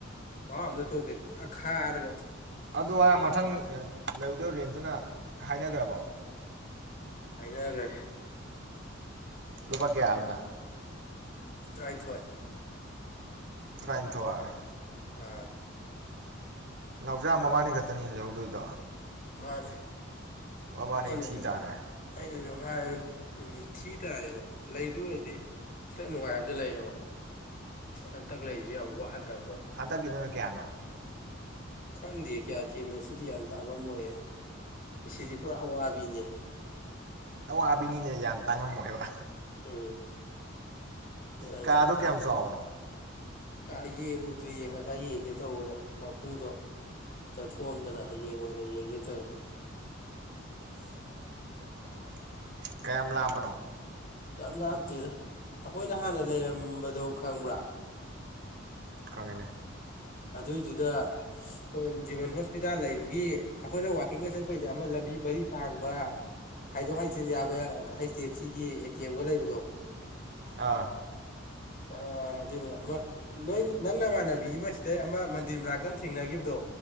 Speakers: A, on the left (about 45°); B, on the right (about 55°).
A: ꯃꯍꯑꯣ ꯑꯃꯗ ꯊꯣꯛꯇꯦ ꯄꯨꯥ ꯈꯥꯏꯔꯒ
B: ꯑꯗꯨ ꯑꯥꯏꯔ ꯃꯊꯪ ꯑ ꯂꯩꯔꯨꯗꯣꯏ ꯔꯦꯟꯇꯨꯅ ꯍꯥꯏꯅꯒ꯭ꯔꯕꯣ
A: ꯍꯥꯏꯅꯒ꯭ꯔꯦ
B: ꯂꯨꯄꯥ ꯀꯌꯥ ꯑꯝꯅ
A: ꯇ꯭ꯔꯥꯏꯟꯊꯣꯏ
B: ꯇ꯭ꯔꯥꯏꯟꯊꯣꯏ
A: ꯑꯥ
B: ꯅꯥꯎꯖꯥ ꯃꯕꯥꯅꯤ ꯈꯛꯇꯅꯤ ꯂꯩꯍꯧꯗꯣꯏꯗꯣ
A: ꯃꯥꯅꯤ
B: ꯃꯕꯥꯅꯤ
A: ꯑꯩꯅꯖꯨ
B: ꯊꯤ ꯇꯥꯔꯦ
A: ꯑꯩꯅꯖꯨ ꯍꯥꯏꯔꯕꯅꯤ ꯎꯝ ꯊꯤ ꯇꯥꯔꯦꯅ ꯂꯩꯗꯣꯏ ꯑꯣꯏꯔꯗꯤ ꯈꯤꯇꯡ ꯅꯨꯡꯉꯥꯏꯕꯗ ꯂꯩꯌꯣꯕ ꯍꯟꯇꯛ ꯂꯩꯔꯤꯖꯦ ꯌꯥꯝ ꯋꯥꯍꯠꯈ꯭ꯔ
B: ꯍꯟꯗꯛꯀꯤꯗꯨꯅ ꯀꯌꯥꯅꯣ
A: ꯈꯪꯗꯤꯌꯦ ꯀꯌꯥ ꯊꯤꯕꯅꯣ ꯁꯤꯗꯤ ꯌꯥꯝ ꯇꯥꯡꯉꯝꯃꯣꯏꯌꯦ ꯏꯁꯤꯗꯤ ꯄꯨꯔꯥ ꯑꯋꯥꯕꯤꯅꯦ
B: ꯑꯋꯥꯕꯤꯅꯤꯅꯦ ꯌꯥꯝ ꯇꯥꯡꯉꯝꯃꯣꯏꯕ
A: ꯎꯝ ꯑꯩꯅ
B: ꯀꯥꯗꯨ
A: ꯈꯔ
B: ꯀꯌꯥꯝ ꯆꯥꯎꯕꯅꯣ
A: ꯀꯥ ꯌꯦꯡꯉꯨꯗ꯭ꯔꯤꯌꯦ ꯉꯁꯥꯏ ꯌꯦꯡꯒꯦ ꯇꯧꯕꯗ ꯃꯄꯨꯗꯣ ꯆꯠꯊꯣꯛꯑꯝꯗꯅ ꯍꯌꯦꯡ ꯑꯣꯏꯅ ꯌꯦꯡꯒꯦ ꯇꯧꯋꯦ
B: <unintelligible> ꯀꯌꯥꯝ ꯂꯥꯞꯄꯅꯣ
A: ꯌꯥꯝ ꯂꯥꯞꯇꯦꯗ ꯑꯈꯣꯏꯅ ꯍꯥꯟꯅ ꯂꯩꯔꯝꯕꯗꯣ ꯈꯪꯕ꯭ꯔꯥ
B: ꯈꯪꯉꯦꯅꯦ
A: ꯑꯗꯨꯏꯗꯨꯗꯥ ꯈꯣꯏꯟ ꯖꯤꯕꯟ ꯍꯣꯁꯄꯤꯇꯥꯜ ꯂꯩꯕꯒꯤ ꯑꯈꯣꯏꯅ ꯋꯥꯛꯀꯤꯡꯒ ꯆꯠꯄꯩꯗ ꯑꯃ ꯂꯝꯕꯤ ꯃꯔꯤ ꯐꯥꯡꯕ ꯍꯥꯏꯗꯣꯛ ꯍꯥꯏꯖꯤꯟ ꯌꯥꯕ ꯍꯩꯆ ꯗꯤ ꯑꯦꯐ ꯁꯤꯒꯤ ꯑꯦ ꯇꯤ ꯑꯦꯝꯒ ꯂꯩꯕꯗꯣ
B: ꯑꯥ
A: ꯑ ꯑꯗꯨꯏ ꯃꯅꯥꯛ ꯑꯃ ꯅꯣꯏꯒꯤ ꯅꯪ ꯅꯃꯥꯟꯅꯕꯤ ꯑꯃ ꯁꯤꯗꯩ ꯑꯃ ꯃꯟꯗꯤꯔ ꯃꯅꯥꯛꯇ ꯑꯃ ꯊꯦꯡꯅꯒꯤꯕꯗꯣ